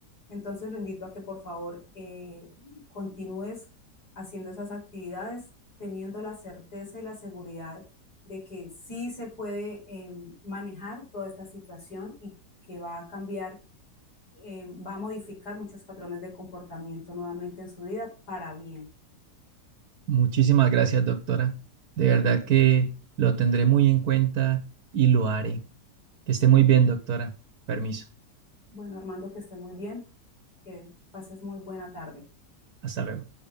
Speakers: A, on the left; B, on the right.
A: Entonces lo invito a que por favor eh, continúes haciendo esas actividades, teniendo la certeza y la seguridad de que sí se puede em, manejar toda esta situación y que va a cambiar eh, va a modificar muchos patrones de comportamiento nuevamente en su vida para bien.
B: Muchísimas gracias, doctora. De verdad que lo tendré muy en cuenta y lo haré. Que esté muy bien, doctora. Permiso.
A: Bueno, Armando, que esté muy bien, que pases muy buena tarde.
B: Hasta luego.